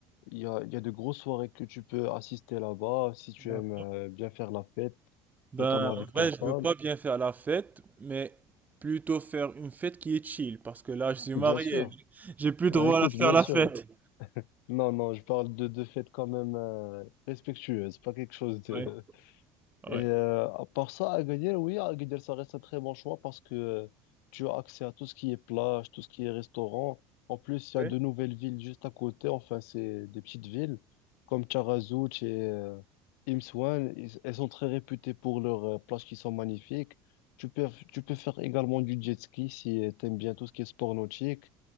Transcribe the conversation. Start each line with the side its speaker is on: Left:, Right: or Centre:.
Left: il y a, il y a de grosses soirées que tu peux assister là-bas si tu
Right: Dar.
Left: aimes euh, bien faire la fête,
Right: Ben,
Left: notamment avec
Right: en vrai,
Left: ta femme.
Right: je veux pas bien faire la fête, mais plutôt faire une fête qui est chill, parce que là, je suis
Left: Bien
Right: marié,
Left: sûr.
Right: j'ai j'ai plus
Left: Ah,
Right: droit
Left: écoute,
Right: à faire
Left: bien
Right: la
Left: sûr.
Right: fête.
Left: Non, non, je parle de, de fêtes quand même euh, respectueuses, pas quelque chose de,
Right: Oui. Oui.
Left: et euh, à part ça, Agadir, oui, Agadir, ça reste un très bon choix parce que euh, tu as accès à tout ce qui est plage, tout ce qui est restaurant. En plus, il
Right: Oui,
Left: y a de nouvelles villes juste à côté. Enfin, c'est des petites villes comme Taghazout et euh, Imsouane. Ils- Elles sont très réputées pour leurs euh, plages qui sont magnifiques. Tu peux, tu peux faire également du jet ski si tu aimes bien tout ce qui est sport nautique.